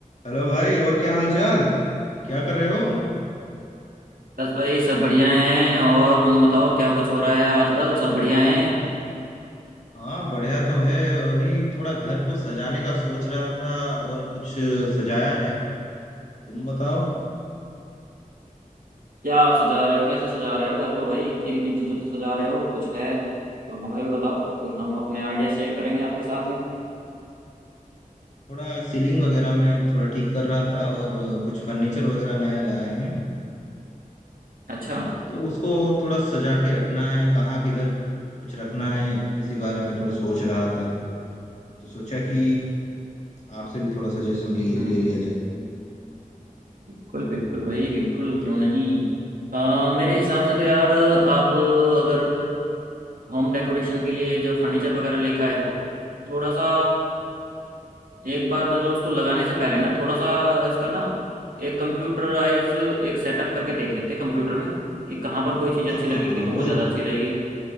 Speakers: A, on the left; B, on the right.
A: हेलो भाई और क्या हाल चाल क्या कर रहे हो
B: बस भाई सब बढ़िया हैं और तुम बताओ क्या कुछ हो रहा है आजकल सब बढ़िया हैं
A: हाँ बढ़िया तो है अभी थोड़ा घर को सजाने का सोच रहा था और कुछ सजाया है तुम बताओ
B: क्या सजा रहे हो कैसे सजा रहे हो घर को भाई किन किन चीज़ों से सजा रहे हो कुछ है तो हमें भी बताओ फिर हम अपने आइडिया शेयर करेंगे आपके साथ में
A: थोड़ा सीलिंग वगैरह में थोड़ा ठीक कर रहा था और कुछ फर्नीचर वगैरह नया लाए हैं अ,
B: अच्छा
A: तो उसको थोड़ा सजा के रखना है कहाँ किधर कुछ रखना है इसी बारे में थोड़ा सोच रहा था तो सोचा कि आपसे भी थोड़ा सजेशन ले
B: हम्म
A: ले लिया जाए
B: बिल्कुल बिल्कुल भाई बिल्कुल क्यों नहीं अ, मेरे हिसाब से तो यार आप अगर होम डेकोरेशन के लिए जब फर्नीचर वगैरह लेके आए हो थोड़ा सा एक बार मतलब उसको लगाने से पहले ना थोड़ा सा इसका ना एक कंप्यूटराइज एक सेटअप करके देख लेते हैं कंप्यूटर में कि कहाँ पर कोई चीज़
A: हाँ
B: अच्छी
A: हाँ
B: लगेगी
A: हाँ हाँ,
B: तो
A: वो
B: वो ज़्यादा अच्छी रहेगी